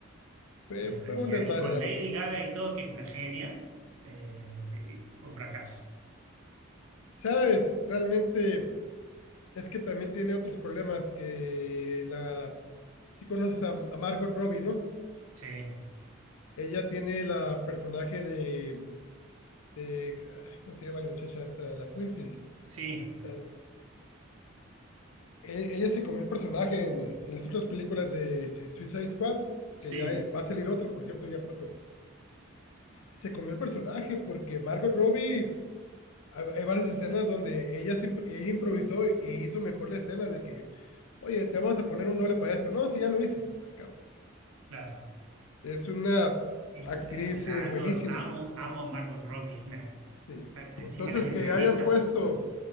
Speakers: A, on the left; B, on the right.
A: fue,
B: Mierda.
A: fue un
B: Y,
A: desmadre,
B: y con
A: la
B: Lady
A: verdad.
B: Gaga y todo, que es una genia, eh, fue un fracaso.
A: ¿Sabes? Realmente es que también tiene otros problemas que la... Si conoces a, a Margot Robbie, ¿no?
B: Sí,
A: Ella tiene la personaje de eh, ah, ¿cómo se llama la muchacha esta? La Quincy.
B: sí,
A: la- la- e- Ella se comió el personaje en, eh, en las otras películas de Su- Suicide Squad,
B: sí,
A: que ya eh, va a salir otra, por cierto, ya pronto. Se comió el personaje porque Margot Robbie, hay hay varias escenas donde ella, se imp- ella improvisó y hizo mejor la escena de que, oye, te vamos a poner un doble para esto. No, sí, ya lo hice. Ah, cabrón.
B: claro.
A: Es una
B: Es-
A: actriz
B: eh, la
A: eh, buenísima.
B: adoro, amo, amo a Margot Robbie. Es una,
A: Sí.
B: encima
A: Entonces,
B: en las entrevistas,
A: que hayan puesto,